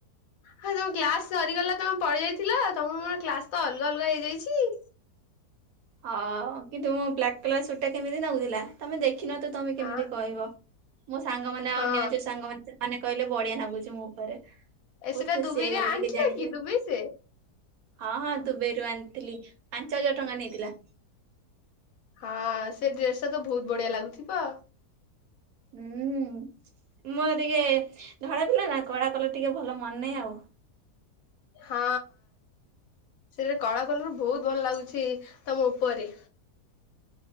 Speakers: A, on the left (about 65°); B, on the right (about 70°).
A: ହଁ ତମ କ୍ଲାସ ସରିଗଲା ତମେ ପଳିଆଇଥିଲ ତମ ମୋର କ୍ଲାସ ତ ଅଲଗା ଅଲଗା ହେଇଯାଇଛି
B: ହଁ କିନ୍ତୁ ମୋ ବ୍ଲାକ୍ କଲର ସୁଟ ଟା କେମିତି ନାଗୁଥିଲା? ତମେ ଦେଖିନତ ତମେ କେମିତି
A: ଆ
B: କହିବ ମୋ ସାଙ୍ଗମାନେ ଆଉ
A: ହଁ
B: ଅନ୍ୟ ଯଉ ସାଙ୍ଗମାନେ ମାନେ କହିଲେ ବଢିଆ ନାଗୁଛି ମୋ ଉପରେ ବହୁତ
A: ଏ ସେଟା
B: ଖୁସି
A: ଦୁବାଇରେ
B: ହେଇଗଲି
A: ଆଣିଥିଲା
B: ଟିକେ ଜାଣିକି।
A: କି ଦୁବାଇ ସେ
B: ହଁ ହଁ ଦୁବଇରୁ ଆଣିଥିଲି ପାଞ୍ଚ ହଜାର ଟଙ୍କା ନେଇଥିଲା।
A: ହଁ ସେ ଡ୍ରେସ ଟା ତ ବହୁତ ବଢିଆ ଲାଗୁଥିବ।
B: ହୁଁ ମୁଁ ପା ଟିକେ ଧଳା ପିଲା ନା କଳା କଲର ଟିକେ ଭଲ ମନେ ଆଉ।
A: ହଁ ସେଥିରେ କଳା କଲର ବହୁତ ଭଲ ଲାଗୁଛି ତମ ଉପରେ।